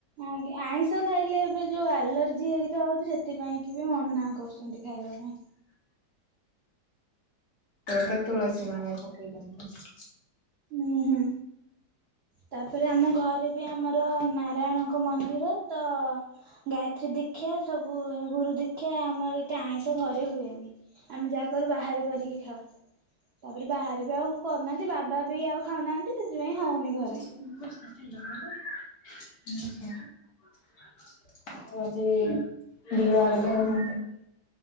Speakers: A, on the right (about 75°); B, on the left (about 55°).
A: ଆଜ୍ଞା। ଆଇଁଷ ଖାଇଲେ ଏବେ ଯୋଉ ଆଲର୍ଜି ହେରିକା ହଉଚି ସେଥିପାଇଁ କି ବି ମନା କରୁଛନ୍ତି ଖାଇବା ପାଇଁ।
B: ସେ ଗୋଟେ ତୁଳସୀ ମାଳ ପକେଇଛନ୍ତି।
A: ଉଁ ହୁଁ। ତାପରେ ଆମ ଘରେ ବି ଆମର ନାରାୟଣଙ୍କ ମନ୍ଦିର ତ ଗାୟତ୍ରୀ ଦୀକ୍ଷା ସବୁ ଗୁରୁ ଦୀକ୍ଷା ଆମର ଏତେ ଆଇଁଷ ଘରେ ହୁଏନି। ଆମେ ଯାହା କରୁ ବାହାରେ କରିକି ଖାଉ। ତାପରେ ବାହାରେ ବି ଆଉ କରୁନାହାନ୍ତି। ବାବା ବି ଆଉ ଖାଉନାହାନ୍ତି। ସେଥିପାଇଁ
B: <unintelligible>
A: ହଉନି ଘରେ
B: ଆଉ ଆଜି ବିଲଆଡେ ଯାଇନାହାନ୍ତି?